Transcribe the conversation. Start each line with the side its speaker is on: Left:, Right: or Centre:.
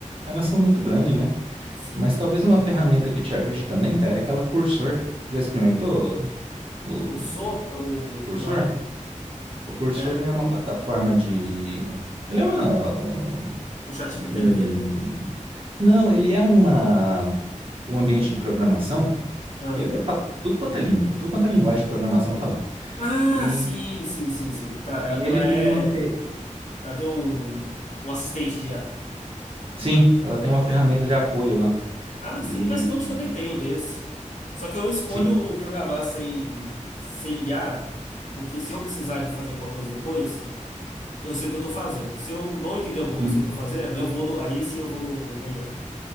Right: elas são muito grandes, né?
Left: Sim.
Right: Mas talvez uma ferramenta que te ajude também, cara, é aquela Cursor. Você já experimentou o,
Left: O So
Right: o
Left: é o.
Right: Cursor?
Left: Não, não.
Right: O Cursor
Left: É
Right: ele é uma plataforma de. Ele é uma.
Left: o ChatGPT
Right: Um...
Left: da vida?
Right: Não, ele é uma... um ambiente de programação
Left: Ah.
Right: E é pra tudo quanto é língua, tudo quanto é linguagem de programação tá lá.
Left: Ah,
Right: E,
Left: sim, sim, sim, sim. Tá,
Right: e
Left: é-
Right: ele
Left: ela
Right: tem
Left: é.
Right: uma. fe-
Left: Ela tem um, um assistente de IA.
Right: Sim, ela tem uma ferramenta de apoio lá.
Left: Ah, sim.
Right: E.
Left: O VS Code também tem um desse. Só que eu escolho
Right: Sim,
Left: programar sem, sem IA, porque se eu precisar de fazer alguma coisa depois, eu sei o que eu estou fazendo. Se eu não entender alguma coisa
Right: sim.
Left: que eu estou fazendo, eu vou no, aí sim eu vou no, na IA.